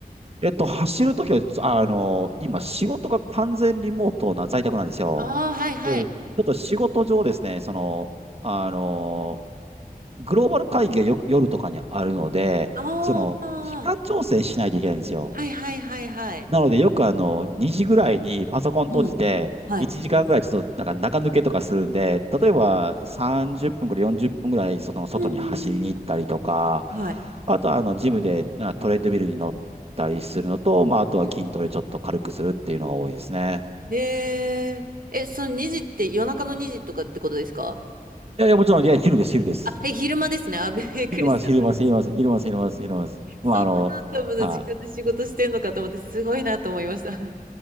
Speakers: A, on the right; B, on the right.
A: い。えっと、走るときは、あの、今、仕事が完全リモートな在宅なんですよ。
B: ああー、はいはい。
A: えーちょっと仕事上ですね、その、あの、グローバル会議がよく夜とかにあるので、
B: ああ、
A: その、時間調整しないといけないんですよ。
B: はいはいはいはい。
A: なので、よくあの、2時ぐらいにパソコン閉じて、
B: うん。はい。
A: 1時間ぐらいちょっとなんか中抜けとかするんで、例えば30分から40分ぐらい外の外に走りに行ったりとか、
B: うーん。はい。
A: あとはあの、ジムであトレッドミルに乗ったりするのと、まあ、あとは筋トレちょっと軽くするっていうのが多いですね。
B: うんえー、え、その2時って夜中の2時とかってことですか
A: いやいや、もちろん、いや、昼です、昼です。
B: あ、え、昼間ですね。あ、びっくりした。
A: 昼ます、昼ます、昼ます、昼ます、昼ます、昼ます。まあ、
B: そんなランダムな時間で仕事してんのかと思って、
A: あの、はい。
B: すごいなと思いました。あ